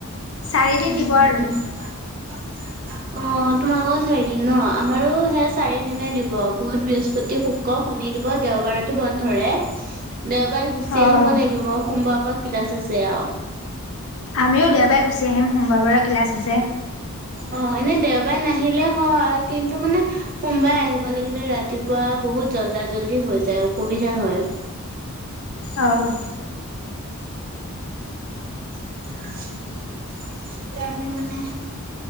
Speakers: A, on the left; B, on the right.
A: চাৰিদিন
B: <unintelligible>
A: দিব আৰু
B: অ' তোমালোকৰ চাৰিদিন ন' আমাৰো সেই চাৰি দিনে দিব। বুধ, বৃহস্পতি, শুক্ৰ, শ নি দিব দেওবাৰেতো বন্ধ ধৰে। দেওবাৰে গুচি
A: অঁ
B: আহিব লাগিব। সোমবাৰৰ পৰা ক্লাচ আছে আৰু।
A: আমিও দেওবাৰে গুচি আহিম। সোমবাৰৰ পৰা ক্লাছ আছে।
B: অ' এনে দেওবাৰে নাহিলে হয়, কিন্তু মানে সোমবাৰে আহিব লাগিলে ৰাতিপুৱা বহুত জল্দা জল্দি হৈ যায় অসুবিধা হয়।
A: অহ'।
B: <unintelligible> এতিয়া আমি মানে,